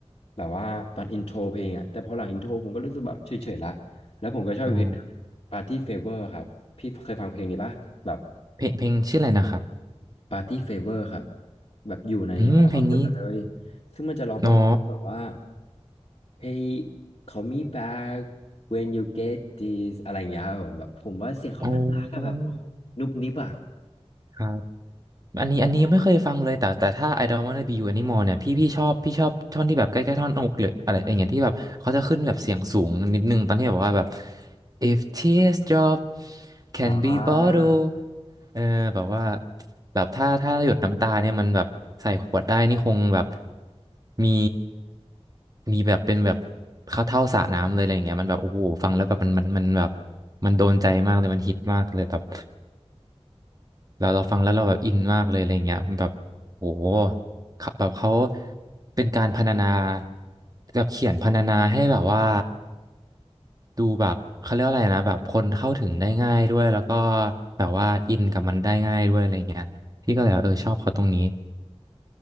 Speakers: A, on the left (about 50°); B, on the right (about 35°).
A: แบบว่าตอนอินโทรเพลงอะแต่พอหลังอินโทรผมก็รู้สึกแบบเฉยๆละแล้วผมก็ชอบอีกเพลงหนึ่ง
B: อ๋อ
A: Party Favor ครับพี่เคยฟังเพลงนี้ปะแบบ
B: เพลง เพลงชื่ออะไรนะครับ
A: ปาร์ตี้เฟเวอร์ครับแบบอยู่ในอัลบั้มเดียวกันเลย
B: อืม เพลงนี้
A: ซึ่งมันจะร้องประมาณว่าแบบว่า
B: เนาะ
A: Hey call me back when you get this อะไรอย่างเงี้ยครับผมแบบผมว่าเสียงเขาน่ารักอะแบบโอ้โหนุบนิบอะ
B: อ๋อครับ อันนี้อันนี้ยังไม่เคยฟังเลยแต่แต่ถ้า I don't wanna be you anymore เนี่ยพี่พี่ชอบพี่ชอบท่อนที่แบบใกล้ๆท่อนอกหรืออะไรอย่างเงี้ยที่แบบเขาจะขึ้นแบบเสียงสูงนิดนึงตอนที่แบบว่าแบบ if tears drop can
A: อ่
B: be bottled
A: า
B: เออแบบว่าแบบถ้าถ้าหยดน้ำตาเนี่ยมันแบบใส่ขวดได้นี่คงแบบมีมีแบบเป็นแบบเข้าเท่าสระน้ำเลยอะไรอย่างเงี้ยมันแบบโอ้โหฟังแล้วแบบมันมันมันแบบมันโดนใจมากเลยมันฮิตมากเลยแบบ เราเราฟังแล้วเราแบบอินมากเลยอะไรเงี้ยแบบโหเขาแบบเขาเป็นการพรรณนาแบบเขียนพรรณนาให้แบบว่าดูแบบเขาเรียกว่าอะไรนะแบบคนเข้าถึงได้ง่ายด้วยแล้วก็แบบว่าอินกับมันได้ง่ายด้วยอะไรเงี้ยพี่ก็เลยแบบเออชอบเขาตรงนี้